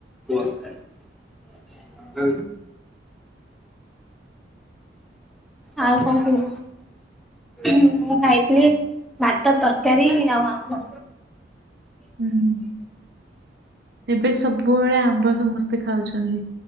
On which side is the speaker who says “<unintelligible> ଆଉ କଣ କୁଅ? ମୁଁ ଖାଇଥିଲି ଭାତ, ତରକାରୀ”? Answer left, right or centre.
Centre